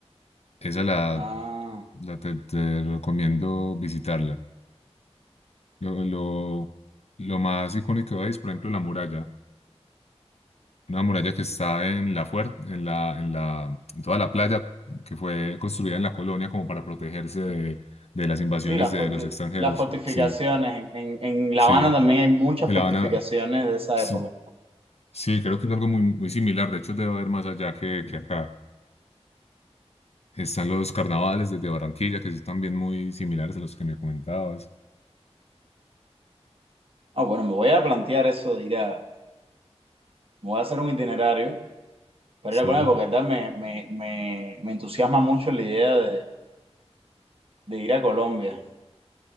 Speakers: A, on the left; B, on the right.
A: Esa la,
B: Ah.
A: la te, te recomiendo visitarla. Lo, lo, lo más icónico ahí es, por ejemplo, la muralla. Una muralla que está en la fuer- en la, en la, en toda la playa que fue construida en la colonia como para protegerse de, de las invasiones
B: Sí, las
A: de
B: forti-
A: los extranjeros.
B: las fortificaciones.
A: Sí,
B: En, en, en La
A: sí.
B: Habana también hay muchas
A: En
B: fortificaciones
A: La Habana,
B: de esa
A: sí,
B: época.
A: sí, creo que es algo muy, muy similar. De hecho, debe haber más allá que, que acá. Están los carnavales desde Barranquilla, que son también muy similares a los que me comentabas.
B: Ah, bueno, me voy a plantear eso de ir a... Me voy a hacer un itinerario para
A: Sí,
B: ir a Colombia porque verdad me, me, me, me entusiasma mucho la idea de, de ir a Colombia.